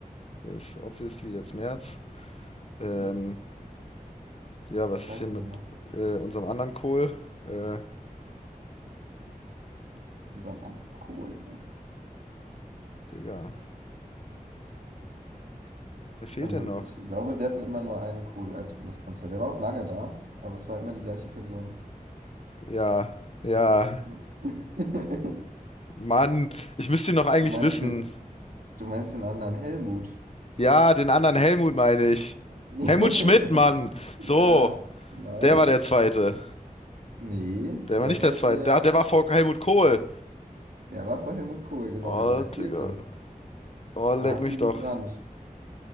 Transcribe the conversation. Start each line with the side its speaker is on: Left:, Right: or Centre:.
Left: ist obviously jetzt Merz. Ähm,
Right: Hm,
Left: ja, was
Right: zwei
Left: ist hier
Right: fehlen
Left: mit
Right: noch.
Left: äh, unserem anderen Kohl? Äh,
Right: Unserem Amt Kohl.
Left: Digga, wer fehlt
Right: Also,
Left: denn noch?
Right: ich glaube, wir hatten immer nur einen Kohl als Bundeskanzler. Der war auch lange da, aber es war immer die gleiche Person.
Left: Ja, ja,
Right: Hm. <laughs>
Left: Mann, ich müsste ihn noch eigentlich
Right: Du meinst
Left: wissen.
Right: den, du meinst den anderen Helmut?
Left: Ja, den anderen Helmut meine ich.
Right: <laughs>
Left: Helmut Schmidt, Mann.
Right: Ja,
Left: So,
Right: genau.
Left: der war der Zweite.
Right: Nee,
Left: Der
Right: der
Left: war nicht
Right: war
Left: der Zweite.
Right: der,
Left: Der, der war vor Helmut Kohl.
Right: der war vor Helmut Kohl, genau,
Left: Oh,
Right: der war der
Left: Digga.
Right: vierte.
Left: Oh, leck
Right: Nach
Left: mich
Right: Willy
Left: doch.
Right: Brandt,